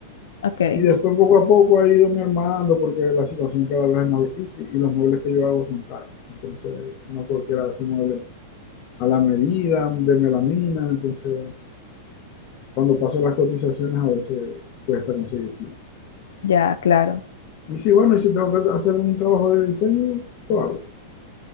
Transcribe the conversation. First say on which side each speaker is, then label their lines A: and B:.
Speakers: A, on the left (about 85°); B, on the left (about 40°).
A: ok,
B: Y después poco a poco ha ido me armando porque la situación cada vez es más difícil y los muebles que yo hago son caros. Entonces, no cualquiera hace muebles a la medida, de melamina. Entonces, cuando paso las cotizaciones a veces cuesta conseguir.
A: ya, claro.
B: Y sí, bueno, y si tengo que hacer un trabajo de diseño, lo hago.